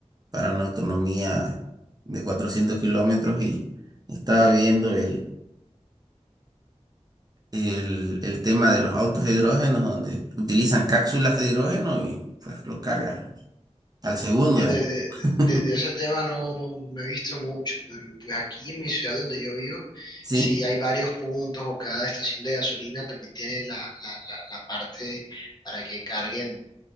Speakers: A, on the right; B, on the left.
A: para una autonomía de 400 kilómetros y estaba viendo el el, el tema de los autos de hidrógeno, donde utilizan cápsulas de hidrógeno y pues lo cargas al segundo,
B: Fíjate,
A: digamos.
B: de,
A: <laughs>
B: de- de ese tema no, no, no he visto mucho, pero pues aquí en mi ciudad donde yo vivo,
A: Sí,
B: sí hay varios puntos o cada estación de gasolina también tiene la, la, la, la parte para que carguen